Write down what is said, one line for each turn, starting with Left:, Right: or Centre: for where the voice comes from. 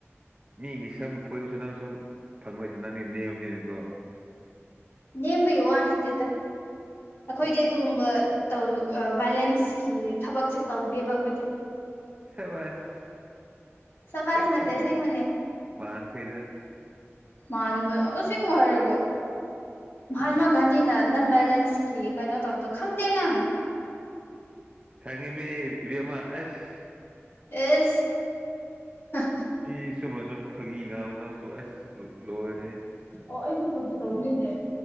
Right: ꯃꯤꯒꯤ ꯁꯝ ꯐꯣꯏꯕꯁꯨ ꯅꯪꯁꯨ ꯐꯪꯉꯣꯏꯗ ꯅꯪꯗꯤ ꯅꯦꯝꯕꯅꯤꯅꯀꯣ
Left: ꯅꯦꯝꯕꯒꯤ ꯋꯥ ꯅꯠꯇꯦꯗ ꯑꯩꯈꯣꯏꯗꯤ
Right: ꯏꯁ
Left: ꯑꯗꯨꯒꯨꯝꯕ ꯇꯧ ꯚꯥꯏꯂꯦꯟꯁꯀꯤ ꯊꯕꯛꯁꯦ ꯇꯧꯗꯦꯕ ꯑꯩꯈꯣꯏꯗꯤ
Right: ꯁꯕꯁ
Left: ꯁꯕꯥꯁ
Right: ꯌꯥꯝ
Left: ꯅꯠꯇꯦ
Right: ꯊꯤꯅ
Left: ꯑꯁꯦꯡꯕꯅꯦ
Right: ꯃꯥꯡꯈꯩꯗ
Left: ꯃꯥꯟꯕ ꯑꯁ‌ꯦꯡꯕ ꯍꯥꯏꯔꯒ ꯃꯍꯥꯠꯃ
Right: ꯑꯣ
Left: ꯒꯥꯟꯗꯤꯅ ꯅꯟ ꯚꯦꯂꯦꯟꯁꯀꯤ ꯀꯩꯅꯣ ꯇꯧꯗꯣ ꯈꯪꯗꯦ ꯅꯪ
Right: ꯈꯪꯉꯤ ꯃꯤ ꯏꯕꯃꯥ ꯑꯁ
Left: ꯑꯦ <unintelligible>
Right: ꯃꯤ ꯁꯨꯝ ꯑꯁꯨꯝ ꯐꯥꯒꯤꯒꯥꯡꯅꯁꯨ ꯑꯁ ꯂꯣꯏꯔꯦꯍ‌ꯦ
Left: ꯑꯣ ꯑꯩꯁꯨ ꯐꯥꯒꯤ ꯇꯧꯅꯤꯅꯦ